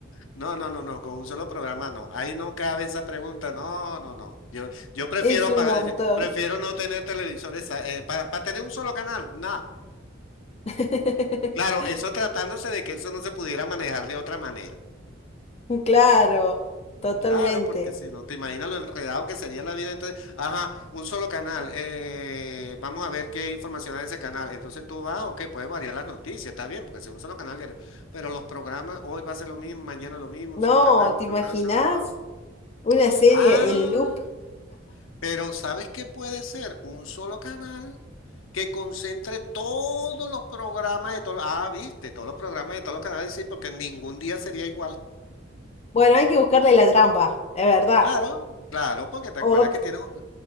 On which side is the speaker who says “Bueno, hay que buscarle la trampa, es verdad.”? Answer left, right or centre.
Left